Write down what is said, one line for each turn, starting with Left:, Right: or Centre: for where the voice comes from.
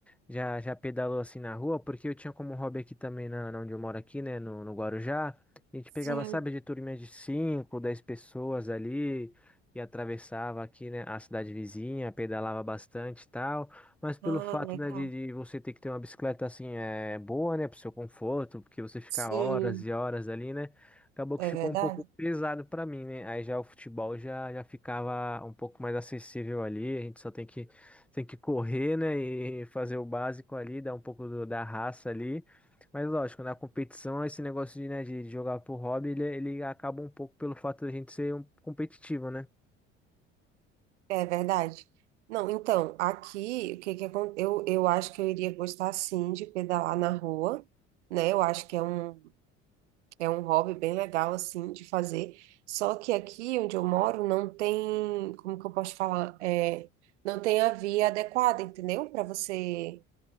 Centre: já, já pedalou assim na rua? Porque eu tinha como hobby aqui também, na, na onde eu moro aqui, né, no, no Guarujá. A gente pegava,
Right: Sim.
Centre: sabe, de turminha de 5, 10 pessoas ali e atravessava aqui, né, a cidade vizinha, pedalava bastante e tal. Mas pelo
Right: Ah,
Centre: fato,
Right: legal.
Centre: né, de, de você ter que ter uma bicicleta, assim, é, boa, né, pro seu conforto, porque você fica
Right: Sim,
Centre: horas e horas ali, né? Acabou
Right: é
Centre: que ficou
Right: verdade?
Centre: um pouco pesado pra mim, né? Aí já o futebol já, já ficava um pouco mais acessível ali. A gente só tem que, tem que correr, né? E fazer o básico ali, dar um pouco do- da raça ali. Mas lógico, na competição, esse negócio de, né, de de jogar por hobby, ele, ele acaba um pouco pelo fato da gente ser um competitivo, né?
Right: É verdade. Não, então, aqui, o que que acon- eu, eu acho que eu iria gostar sim de pedalar na rua, né? Eu acho que é um, é um hobby bem legal, assim, de fazer. Só que aqui onde eu moro não tem, como que eu posso falar? É, não tem a via adequada, entendeu? Para você.